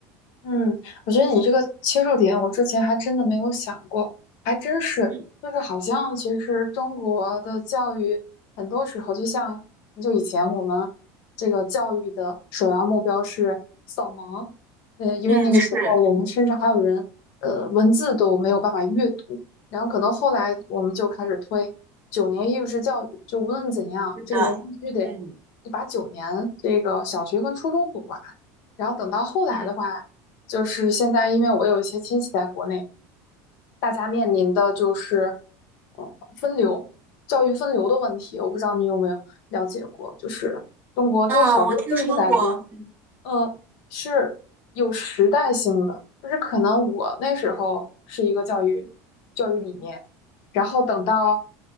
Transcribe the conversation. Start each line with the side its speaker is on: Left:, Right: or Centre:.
Left: 嗯，我觉得你这个切入点，我之前还真的没有想过，还真是，
Right: 嗯
Left: 就是好像其实中国的教育很多时候，就像很久以前我们这个教育的首要目标是扫盲，呃，因为那个时候我们甚至还有人呃文字都没有办法阅读，
Right: 嗯，是
Left: 然后可能后来我们就开始推九年义务制教育，就无论怎样，
Right: 是的，
Left: 这个人必须得
Right: 嗯
Left: 把九年这个小学跟初中读完。然后等到后来的话，
Right: 嗯。
Left: 就是现在，因为我有一些亲戚在国内，大家面临的就是，呃，分流，教育分流的问题。我不知道你有没有了解过，就是中国就好多政治改革，
Right: 嗯，我听说过，
Left: 呃，是有时代性的，就是可能我那时候是一个教育教育理念，然后等到